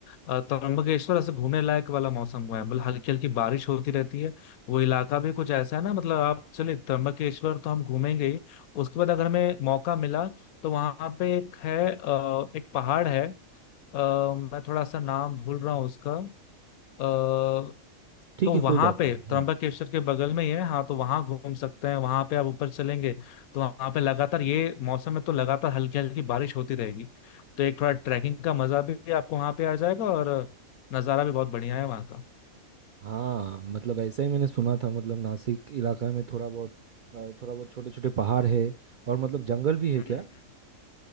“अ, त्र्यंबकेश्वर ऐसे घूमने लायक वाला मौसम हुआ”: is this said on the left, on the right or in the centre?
Left